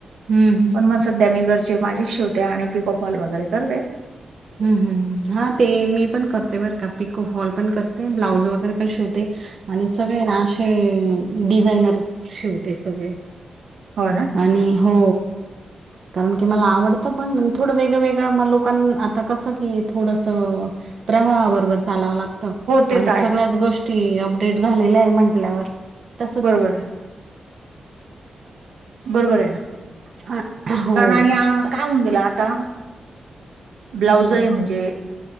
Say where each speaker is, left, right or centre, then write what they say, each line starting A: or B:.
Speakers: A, on the right; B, on the right.
A: हम्म हम्म.
B: पण मग सध्या मी घरचे माझेच शिवते. आणि पिकअप हॉल वगैरे करते.
A: हम्म हम्म हम्म हा ते मी पण करते बरं का. पिको फॉल पण करते, ब्लाऊज वगैरे पण शिवते. आणि सगळे ना असे, डिझायनर शिवते सगळे.
B: हो ना.
A: आणि हो. कारण की मला आवडतं पण, थोडं वेगळं वेगळं म लोकां आता कसं की थोडस प्रवाहाबरोबर चालावं लागत.
B: हो ते
A: आणि
B: तर आहेच
A: सगळ्याच गोष्ट टी अपडेट झालेल्याय म्हंटल्यावर तसच.
B: बरोबर आहे बरोबरे.
A: हा, हो
B: कारण आणि
A: का
B: काय होऊन गेला आता. ब्लाऊजय
A: हम्म
B: म्हणजे?